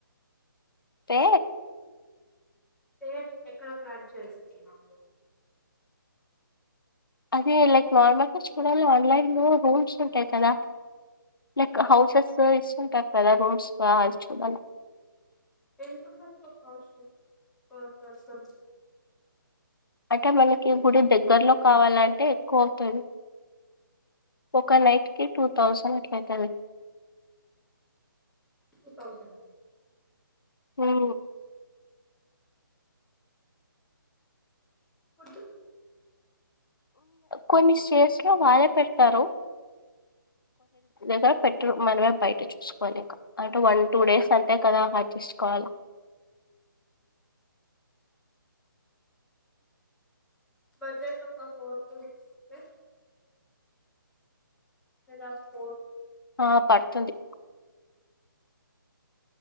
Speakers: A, on the left; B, in the centre.
A: ఏ
B: సేఫ్ ఎక్కడ ప్లాన్ చేస్తున్నాము
A: అదే లైక్ నార్మల్ గా చూడాల ఆన్లైన్ లో రూల్స్ ఉంటాయి కదా లైక్ హౌసెస్ ఇస్తుంటారు కదా రూమ్స్ కా చూడాలి
B: దేనికో కాస్ట్ ప పర్సన్
A: అంటే మనకి గుడి దగ్గరలో కావాలంటే ఎక్కువ అవుతుంది ఒక నైట్ కి టూ థౌజండ్ అట్ల అయితది
B: టూ థౌసండ్
A: హూ
B: ఫుడ్
A: కొన్ని స్టేస్ లో వారే పెడతారు దగ్గర పెట్టరు మనమే బయట చూసుకోవాలి ఇంక అంటే వన్ టూ డేస్ అంతే కదా అడ్జస్ట్ కవాలి వాల్
B: బడ్జెట్ ఒక ఫోర్ టు సిక్స్ కే ఫద ఫోర్
A: ఆ పడుతుంది